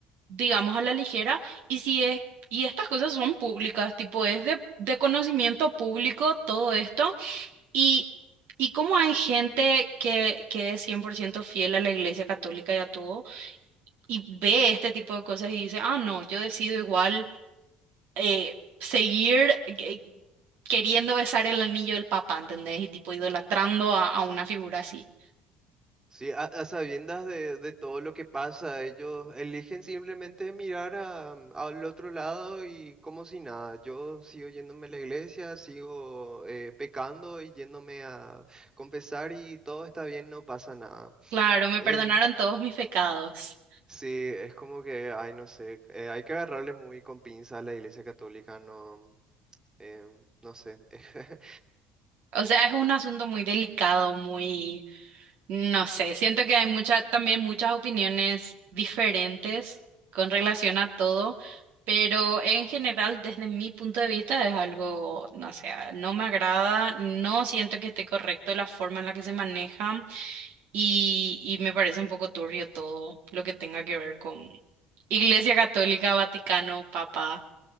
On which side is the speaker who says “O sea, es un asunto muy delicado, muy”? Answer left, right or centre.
Right